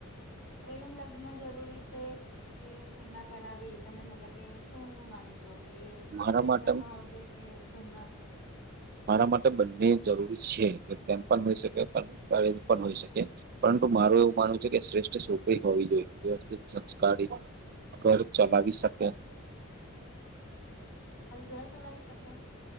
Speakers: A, on the left; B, on the right.
A: પ્રેમ લગ્ન જરૂરી છે. કે ઘરના કરાવે એ, તમે મતલબ કે શું માનશો. કે
B: મારા
A: પ્રેમ
B: માટે
A: લગ્ન હોવો જોઈએ કે ઘરના.
B: મારા માટે બંને જરૂરી છે, <unintelligible> પણ હોઈ શકે <unintelligible> પણ હોઈ શકે. પરંતુ, મારું એવું માનવું છે કે શ્રેષ્ઠ છોકરી હોવી જોઈએ વ્યવસ્થિત સંસ્કારી ઘર. ચલાવી શકે.
A: ખાલી ઘર જ ચલાવી શકે.